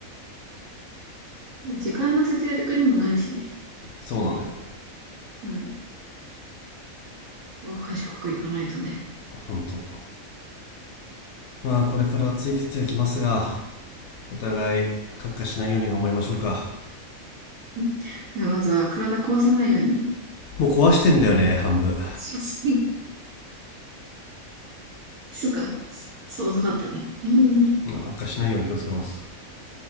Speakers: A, on the right; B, on the left.
A: 時間の節約にもなるしね。
B: そうなのよ
A: うん。そこは賢くいかないとね。
B: ほんとまあこれから暑い季節が来ますがお互い悪化しないように頑張りましょうか
A: んではまずは体壊さないように。
B: もう壊してんだよね半分
A: <laughs> そうか。そう、遅かったね。うん
B: うん悪化しないように気をつけます